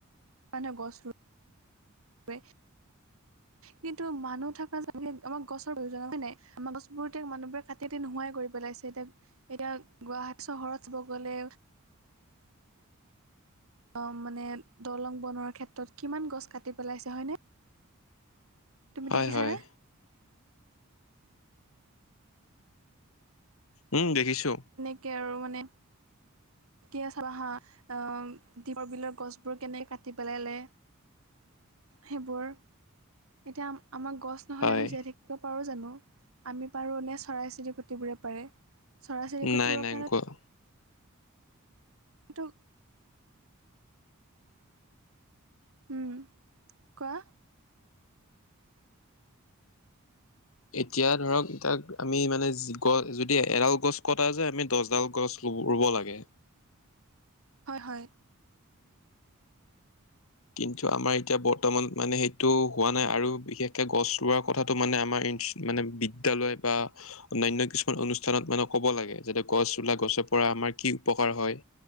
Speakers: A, on the right; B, on the left.
A: মানে গছ ৰুই ওৱে।
B: <inaudible>
A: কিন্তু মানুহ থকা আমাক গছৰ প্ৰয়োজন হয় নাই। আমাৰ গছবোৰ মানুহবোৰে কাটে হেতি নোহোৱাই কৰি পেলাইছে। এতিয়া এতিয়া গুৱাহাটী চহৰত চাব গলে অ মানে দলং বনোৱাৰ ক্ষেত্ৰত কিমান গছ কাটি পেলাইছে হয় নে। তুমি
B: হয়
A: দেখিছানে?
B: হয় উম দেখিছোঁ।
A: তাকে আৰু মানে। কি হে চালা হা। আহ, দীপৰ বিলৰ গছবোৰ কেনেকে কাটি পেলালে। সেইবোৰ এতিয়া আমাৰ গছ নহলে
B: হয়
A: আমি জীয়াই থাকিব পাৰো জানোঁ। আমি পাৰো নে চৰাই চিৰিকুটিবোৰে পাৰে। চৰাই চিৰিকুতিবোৰৰ
B: নাই নাই
A: কাৰণে
B: কোৱা
A: কিন্তু ওম। কোৱা
B: এতিয়া ধৰক তাক আমি মানে যি গছ যদি এডাল গছ কটা যায়। আমি দহডাল গছ ৰুব লাগে।
A: হয় হয়।
B: কিন্তু আমাৰ এতিয়া বৰ্তমান মানে সেইটো হোৱা নাই আৰু বিশেষকে গছ ৰোৱাৰ কথাটো মানে আমাৰ ই মানে বিদ্যালয় বা অন্যায়ন্য কিছুমান অনুষ্ঠানত মানে কব লাগে। যাতে গছ ৰুলে গছৰ পৰা আমাৰ কি উপকাৰ হয়।